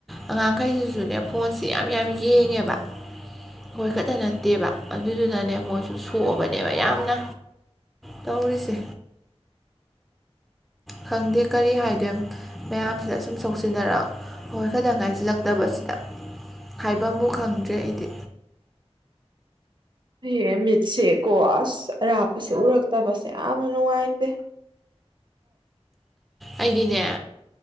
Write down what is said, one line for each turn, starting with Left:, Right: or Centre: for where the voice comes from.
Centre: ꯑꯉꯥꯡꯈꯩꯁꯤꯁꯨꯅꯦ ꯐꯣꯟꯁꯦ <inaudible> ꯌꯦꯡꯉꯦꯕ ꯍꯣꯏꯈꯠ ꯐꯠꯇ ꯅꯠꯇꯦꯕ ꯑꯗꯨꯗꯨꯅꯅꯦ ꯃꯣꯏꯁꯨ ꯁꯣꯛꯑꯕꯅꯦꯕ ꯌꯥꯝꯅ ꯇꯧꯔꯤꯁꯦ ꯈꯪꯗꯦ ꯀꯔꯤ ꯍꯥꯏ ꯑꯗꯨꯝ ꯃꯌꯥꯝꯁꯤꯗ ꯁꯨꯝ ꯁꯣꯛꯁꯤꯟꯅꯔꯛꯑ ꯍꯣꯏ ꯈꯛꯇꯪ ꯉꯥꯏꯁꯤꯜꯂꯛꯄ ꯐꯠꯇꯕꯁꯤꯗ ꯍꯥꯏꯕꯕꯨ ꯈꯪꯗ꯭ꯔꯦ ꯑꯩꯗꯤ
Right: ꯍꯌꯦꯡ ꯃꯤꯠꯁꯦꯀꯣ ꯑꯁ ꯑꯔꯥꯞꯄꯁꯦ ꯎꯔꯛꯇꯕꯁꯦ ꯌꯥꯝꯅ ꯅꯨꯡꯉꯥꯏꯇꯦ
Centre: ꯑꯩꯗꯤꯅꯦ